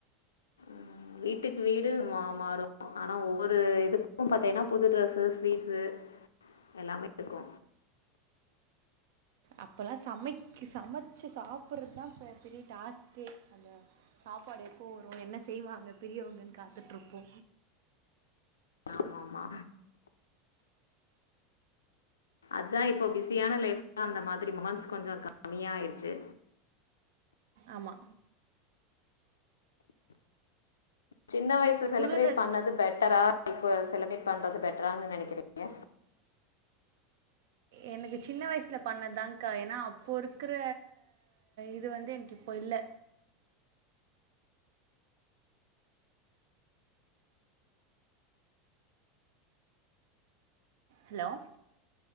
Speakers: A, on the left (about 80°); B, on the right (about 65°).
A: உம் வீட்டுக்கு வீடு மா மாறு ஆனா ஒவ்வொரு இதுக்கு பாத்தேன்னா புது ட்ரெஸ்ஸூ ஸ்வீட்ஸூ எல்லாமே இருக்கு
B: அப்பல்லா சமைக் சமச்சு சாப்பிட்றதா இப்ப பெரிய டாஸ்க்கே அதா சாப்பாடு எப்போ வரு என்ன செய்வாங்க பெரியவங்கன் காத்துட் இருப்போ
A: ஆம ஆமா அதா இப்போ பிஸியான லைப்ல அந்த மாதிரி மூமெண்ட்ஸ் கொஞ்சோ கம்மியாயிடுச்சு
B: ஆமா
A: சின்ன வயசு செலிப்ரேட்
B: புது ட்ரெஸ்
A: பண்ணது பெட்டரா இப்ப செலிப்ரேட் பண்றது பெட்டரானு நெனைக்கிறே ஏ
B: எனக்கு சின்ன வயசல பண்ணதாகா ஏனா அப்போ இருக்கிற இது வந்து எனக்கு இப்போ இல்ல ஹலோ